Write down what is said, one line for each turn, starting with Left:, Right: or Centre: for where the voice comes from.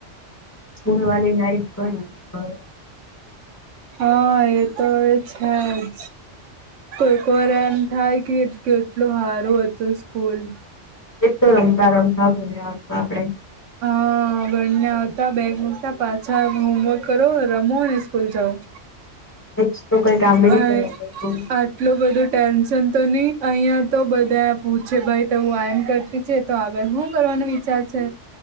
Left: સ્કૂલ વાલી લાઈફય <unintelligible>
Right: હા એ તો એવે છે જ કોઈક વાર આમ થાય કે કેટલું સારું હતું સ્કૂલ
Left: એ તો રમતા રમતા ભર્યા આ આપડે
Right: હા બંને આવતા બેગ મૂકતા પાછા આવી હોમવર્ક કરો રમો અને સ્કૂલ જાઓ
Left: એ તો કોઈ કામ બી
Right: અ
Left: નહી કરવા પડતું
Right: આટલું બધું ટેન્શન તો ની અહિયાં તો બધા પૂછે ભાઈ તો હું એમ કરતી છે તો આગળ શું કરવાનો વિચાર છે